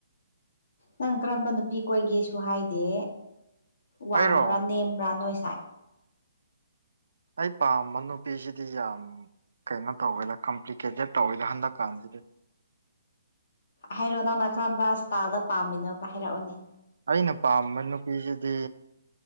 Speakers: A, on the left; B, on the right.
A: ꯅꯪ ꯀꯔꯝꯕ ꯅꯨꯄꯤꯈꯣꯏꯒꯦꯁꯨ ꯍꯥꯏꯗꯦ ꯋꯥꯡꯕ꯭ꯔꯥ
B: ꯑꯩꯔꯣ
A: ꯅꯦꯝꯕ꯭ꯔꯥ ꯅꯣꯏ ꯁꯥꯏ
B: ꯑꯩ ꯄꯥꯝꯕ ꯅꯨꯄꯤꯁꯤꯗꯤ ꯌꯥꯝ ꯀꯩꯅꯣ ꯇꯧꯋꯦꯗ ꯀꯝꯄ꯭ꯂꯤꯀꯦꯇꯦꯠ ꯇꯧꯋꯦꯗ ꯍꯟꯗꯛ ꯀꯥꯟꯁꯤꯗ
A: ꯍꯥꯏꯔꯣ ꯅꯪꯅ ꯀꯔꯝꯕ ꯏꯁ꯭ꯇꯥꯥꯏꯜꯗ ꯄꯥꯝꯃꯤꯅꯣꯕ ꯍꯥꯏꯔꯛꯑꯣꯅꯦ
B: ꯑꯩꯅ ꯄꯥꯝꯕ ꯅꯨꯄꯤꯁꯤꯗꯤ